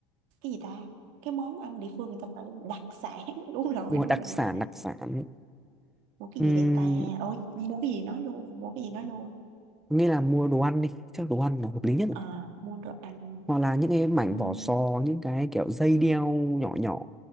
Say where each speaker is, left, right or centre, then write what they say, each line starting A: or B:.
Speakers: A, on the right; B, in the centre.
A: cái gì ta cái món ăn địa phương người ta gọi là đặc sản <laughs> đúng rồi
B: Mua
A: đúng
B: đặc
A: rồi
B: sản đặc sản.
A: mua cái
B: Ừm,
A: gì đây ta ôi mua cái gì nói luôn mua cái gì nói luôn
B: nghĩa là mua đồ ăn đi. Chắc đồ ăn là hợp lý nhất
A: à, mua đồ ăn
B: hoặc là những cái mảnh
A: ừ,
B: vỏ sò những cái kiểu dây đeo nhỏ nhỏ